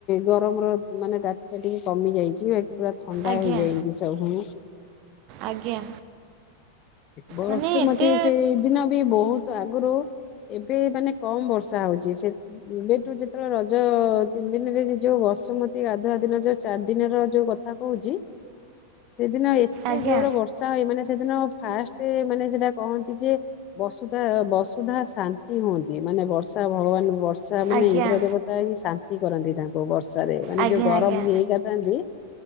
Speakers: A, on the left; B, on the right.
A: ଗରମର ମାନେ ତାତି ଟା ଟିକେ କମି ଯାଇଛି ବା ପୁରା ଥଣ୍ଡା
B: ଆଜ୍ଞା
A: ହେଇଯାଇଛି। ସବୁ
B: ଆଜ୍ଞା।
A: ବର୍ଷୁମତୀ
B: ମାନେ ଏତେ
A: ସେଇ ଦିନ ବି ବହୁତ ଆଗରୁ ଏବେ ମାନେ କମ୍ ବର୍ଷା ହୋଉଛି ସେ ଏବେଠୁ ଯେତେବେଳେ ରଜ ତିନି ଦିନରେ ଯୋଉ ବସୁମତୀ ଗାଧୁଆ ଦିନ ଯୋଉ ଚାରି ଦିନର ଯୋଉ କଥା କହୁଛି ସେଦିନ ଏତେ
B: ଆଜ୍ଞା
A: ଜୋର ବର୍ଷା ହୁଏ ମାନେ ସେଦିନ ଫାଷ୍ଟ ମାନେ ସେଟା କହନ୍ତି ଯେ ବସୁଧା ବସୁଧା ଶାନ୍ତି ହୁଅନ୍ତି ମାନେ ବର୍ଷା ଭଗବାନ ବର୍ଷା ବର୍ଷା ମାନେ
B: ଆଜ୍ଞା
A: ଇନ୍ଦ୍ର ଦେବତା ହିଁ ଶାନ୍ତି କରନ୍ତି ତାଙ୍କୁ ବର୍ଷା। ରେ ମାନେ
B: ଆଜ୍ଞା
A: ଯୋଉ ଗରମ
B: ଆଜ୍ଞା
A: ହୁଏ ଅଇକାଥାନ୍ତି